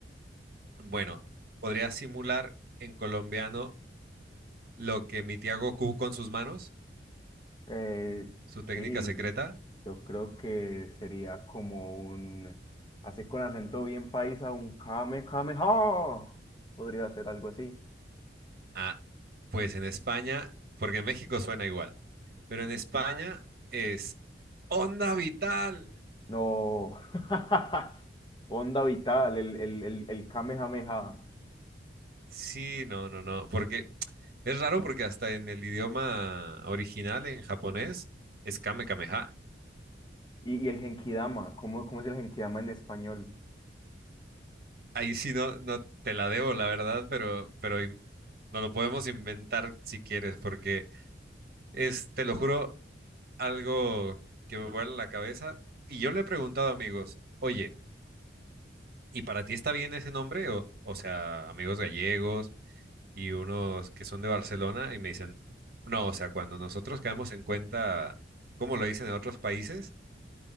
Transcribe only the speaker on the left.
Eh,
sí,
yo creo que sería como un, así con acento bien paisa, un kame kame ha. Podría ser algo así.
No. <laughs> Onda vital, el, el, el, el kamehameha.
Y, y el genkidama, ¿cómo, cómo es el genkidama en español?